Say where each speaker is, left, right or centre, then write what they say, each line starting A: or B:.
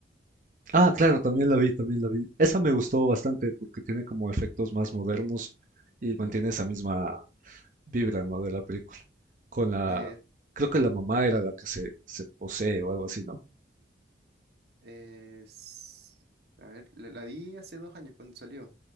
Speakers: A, on the right; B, on the right.
A: Ah, claro, también la vi, también la vi. Esa me gustó bastante porque tiene como efectos más modernos y mantiene esa misma vibra, ¿no? de la película. Con la,
B: Eh,
A: creo que la mamá era la que se, se posee o algo así, ¿no?
B: es- a ver, la, la vi hace dos años cuando salió.